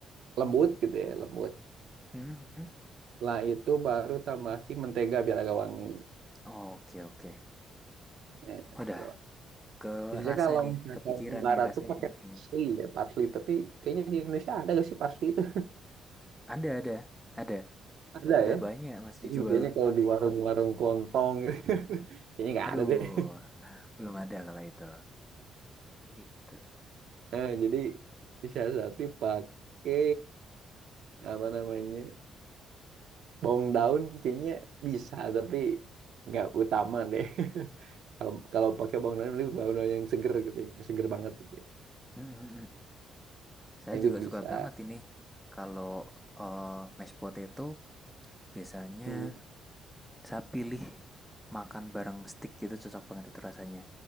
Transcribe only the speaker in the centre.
Hmm, hmm, hmm.
Oke, oke.
Udah
ke
rasa
nih,
kepikiran
nih rasanya
enak ini.
Ada, ada, ada.
Udah
banyak masih
dijual.
Aduh,
belum ada kalau itu. Gitu.
Mm, mm, mm. Saya
juga suka
banget ini kalau eh, mashed potato biasanya
saya pilih makan bareng steak gitu cocok banget itu rasanya.